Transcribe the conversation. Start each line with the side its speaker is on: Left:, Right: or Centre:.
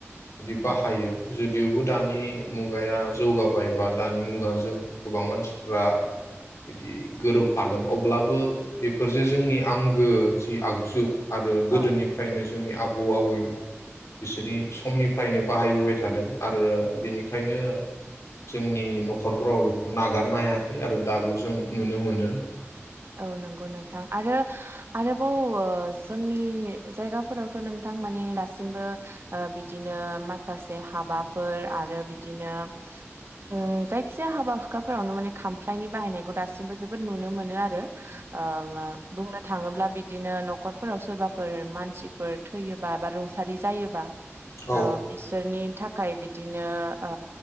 Left: बिदि बाहायो
Right: औ
Left: जुदिअबो दानि मुगाया जौगाबाय बा दानि मुगाजों गोबां मानसिफ्रा बिदि गोरोबफादों अब्लाबो बेफोर जे जोंनि आंगो जि आगजु आरो गोदोनिफ्रायनो
Right: औ
Left: जोंनि आबौ आबै बिसोरनि समनिफ फ्रायनो बाहायबोबाय थादों आरो बेनिखायनो जोंनि न'खरफ्राव बेखौ नागारनो हायाखै आरो दाबो जों नुनो मोनो।
Right: औ नंगौ नोंथां आरो आरोबाव ओ जोंनि जायगाफोरावथ' नोंथां माने दासिमबो ओ बिदिनो माखासे हाबाफोर आरो बिदिनो ओ जायखिजाया हाबा-हुखाफोरावनो माने खामफ्लायनि बाहायनायखौ दासिमबो जोबोद नुनो मोनो आरो। <unintelligible> ओ मा बुंनो थाङोब्ला बिदिनो न'खरफोराव सोरबाफोर मानसिफोर थैयोबा बा रुंसारि जायोबा
Left: औ
Right: अ बिसोरनि थाखाय बिदिनो ओ